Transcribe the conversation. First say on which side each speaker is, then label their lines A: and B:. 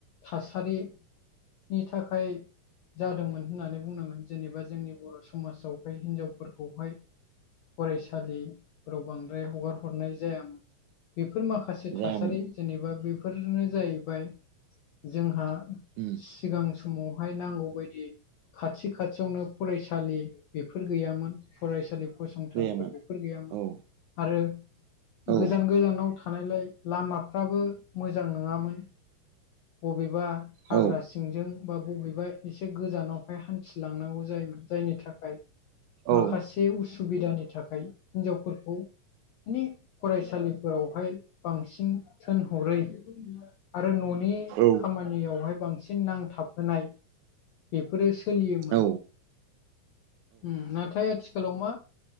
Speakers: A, on the left; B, on the right.
A: थासारिनि थाखाय जादोंमोन होननानै बुंनांगोन जेनेबा जोंनि बर' समाजावहाय हिनजावफोरखौहाय फरायसालिफोराव बांद्राय हगार हरनाय जायोन बेफोर माखासे
B: जायामोन
A: थासारि जेनेबा बेफोर नो जाहैबाय जोंहा
B: उम
A: सिगां समावहाय नांगौबायायदि खाथि खाथियावनो फरायसालि बेफोर गैयामोन फरायसालि फसंथानफोर
B: जायामोन
A: बेफोर गैयामोन
B: औ
A: आरो
B: औ
A: गोजान गोजानाव थानायलाय लामाफ्राबो मोजां नङामोन बबेबा हाग्रा
B: औ
A: सि सिंजों बा बबेबा एसे गोजानावहाय हान्थिलांनांगौ जायोमोन जायनि थाखाय माखासे
B: औ
A: उसुबिदानि थाखाय हिनजावफोरखौ माने फरायसालिफोरावहाय बांसिन थोनहरै आरो न'नि
B: औ
A: खामानियावहाय बांसिन नांथाबहोनाय बेफोरो सोलियोमोन
B: औ
A: उम नाथाय आथिखालाव मा